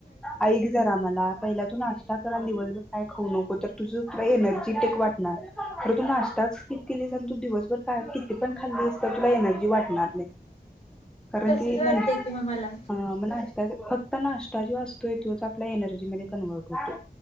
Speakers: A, in the centre; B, on the left.
A: ऐक जरा मला पहिल्या तू नाश्ता कर आणि दिवसभर काय खाऊ नको तर तुझ तुला एनर्जी टेक वाटणार, खर तू नाश्ता स्किप केलीस आणि तू दिवसभर काय किती पण खाल्लीस तर तुला एनर्जी वाटणार नाही. कारण
B: तसच
A: कि
B: वाटतंय
A: नंत
B: कि मग मला
A: मग नाष्टा फक्त नाष असतोय तोच आपल्या एनर्जीमध्ये कन्वर्ट होतो.